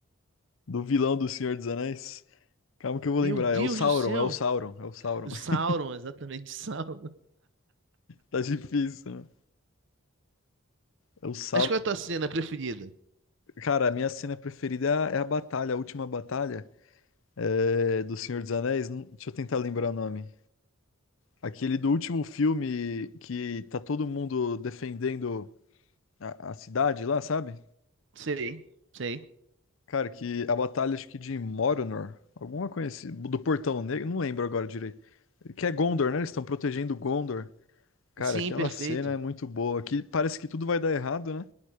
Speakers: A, on the left; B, on the right.
A: do vilão do Senhor dos Anéis. Calma que eu vou
B: Meu
A: lembrar.
B: Deus
A: É o Sauron,
B: do céu.
A: é o Sauron, é o Sauron.
B: O
A: <laughs>
B: Sauron, exatamente, <laughs> Sauron.
A: Tá difícil, né? É o Sauron.
B: Mas qual é a tua cena preferida?
A: Cara, a minha cena preferida é a é a batalha, a última batalha é, do Senhor dos Anéis. Não- Deixa eu tentar lembrar o nome. Aquele do último filme que tá todo mundo defendendo a, a cidade lá, sabe?
B: Sei, sei.
A: Cara, que a batalha acho que de Moronor, alguma conhecida, do Portão Negro, não lembro agora direito. Que é Gondor, né? Eles estão protegendo Gondor. Cara,
B: Sim,
A: aquela
B: perfeito.
A: cena é muito boa. Que parece que tudo vai dar errado, né?